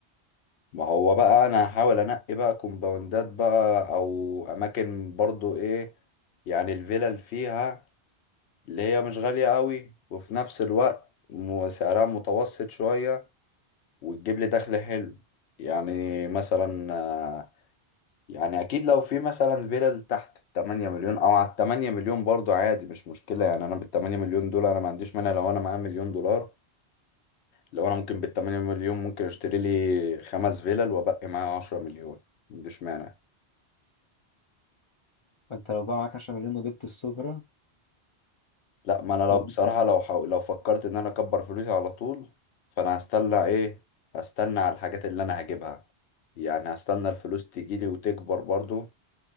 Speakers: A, on the left; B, on the left.
A: ما هو بقى انا هحاول انقي بقى كومباوندات بقى او اماكن برضو ايه يعني الفيلل فيها اللي هي مش غاليه قوي وفي نفس الوقت م- سعرها متوسط شويه وتجيب لي دخل حلو يعني مثلا آه، يعني اكيد لو في مثلا فيلل تحت 8 مليون او على 8 مليون برضو عادي مش مشكلة يعني انا بال 8 مليون دول انا ما عنديش مانع لو انا معايا مليون دولار لو انا ممكن بال 8 مليون ممكن اشتري لي خمس فيلل وابقي معايا 10 مليون ما عنديش مانع
B: فانت لو بقى معاك 10 مليون وجبت السوبرا
A: لا ما انا لو
B: وجبت
A: بصراحة لو حاول لو فكرت ان انا اكبر فلوسي على طول فانا هستنى ايه هستنى على الحاجات اللي انا هجيبها يعني هستنى الفلوس تجيلي وتكبر برضو